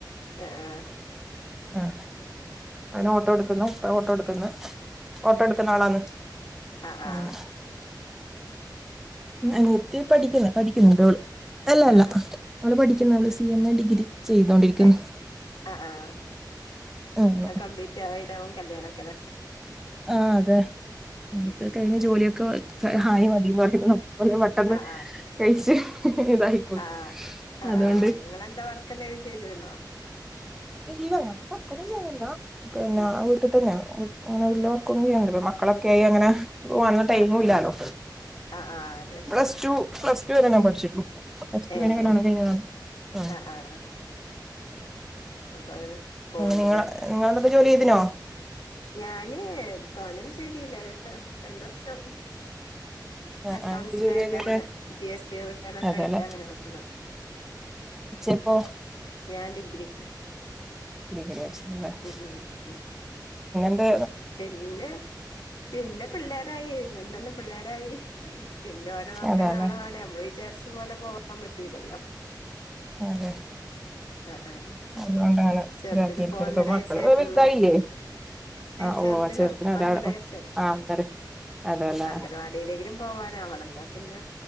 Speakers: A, on the left; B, in the centre.
A: അ ആഹ്
B: ആ അന് ഓട്ടോ എടുക്കുന്നു ഓട്ടോ എടുക്കുന്നഓട്ടോ എടുക്കുന്ന ആളാണ്.
A: അ ആഹ്
B: അങ്ങനെ അനിയത്തി പഠിക്ക്ന്ന്. പഠിക്കുന്നുണ്ടോള്. അല്ല അല്ല
A: ആ ആ
B: അവള് പഠിക്കുന്നത് അവള് സി എം എ ഡിഗ്രി ചെയ്തോണ്ടിരിക്കുന്നു
A: ഏ ആ ആ
B: അങ്ങനെ
A: കംപ്ലീറ്റ് ആയിട്ടാവും കല്യാണ ഒക്കെ ല്ലെ
B: ആഹ് അതെ അതൊക്കെ
A: ഉം ഉം
B: കഴിഞ്ഞ് ജോലിയൊക്കെ ഹായി മതി. എത്രയും പെട്ടെന്ന്
A: ആ ആ
B: കഴിച്ച് ഇതായിക്കും.
A: ആ ആ
B: അതുകൊണ്ട്
A: ആ നിങ്ങളെന്താ വർക്ക് എന്തെങ്കിലും ചെയ്തിരുന്നോ?
B: ഇല്ല ഞാൻ വർക്കൊന്നും ചെയ്യാതില്ല പിന്നെ
A: ഉം
B: ആ വീട്ടിൽ
A: ഉം
B: തന്നെ <unintelligible> <unintelligible> മക്കളൊക്കെ ആയി അങ്ങനെ ഓ ടൈമ്ഇല്ലാലോ
A: ആ ആഹ് ആഹ് അതെ
B: പ്ലസ് ടു പ്ലസ് ടു വരെ ഞാൻ പഠിച്ചിട്ടുള്ളൂ. പ്ലസ്ടു
A: ഏഹ്
B: <unintelligible> ആ
A: ആഹ് ആഹ് അപ്പൊ അങ്ങനെ പോവ്ണ്ട്ല്ലേ
B: നിങ്ങള് നിങ്ങളെന്തേലും ജോലി ചെയ്തിനോ?
A: ഞാന് തോനെന്നുംചെയ്തിയില്ല. രണ്ട് വർഷം <unintelligible>
B: ആഹ്
A: അക്കൗണ്ട്സിലായിട്ട്
B: ആഹ് എന്ത് ജോലിയാ ചെയ്തേ
A: അങ്ങനെ ജി എസ് ടി റിട്ടേൺ ഒക്കെ
B: അതെല്ലേ
A: ആയിട്ട് അങ്ങനെക്കെ നിന്നു.
B: എപ്പോ?
A: ഞാൻ ഡിഗ്രി.
B: ഡിഗ്രി <unintelligible>
A: ഉം ഉം ഉം
B: പിന്നെന്താ.
A: പിന്നെ പിന്നെ പിള്ളേരായി ഇങ്ങന തന്നെ പിള്ളേരായി. പിന്നെ ഓരെ നോക്കാന്ആള്
B: അതെല്ലേ
A: വേണേ നമ്മൾ വിചാരിച്ച പോലെ പോകാൻ പറ്റൂലല്ലോ
B: അതെ
A: അഹ് അഹ്
B: അതുകൊണ്ടങ്ങനെ
A: ചെറുതിനിപ്പോ
B: ഇതാക്കിയിരിക്കല്
A: ഒന്നര
B: ഇപ്പൊ മക്കള്
A: വയസ്സേയിട്ടുള്ളൂ.
B: വലുതായില്ലേ ആഹ്
A: ചെറുതിന്
B: ഓ ഒരാള്
A: അന്നര വയസ്സ്
B: ആഹ് ഒന്നര അതെല്ലേ
A: അങ്കലവാടിയിലെങ്കിലും പോവാനാവണം എന്നാ പിന്നെ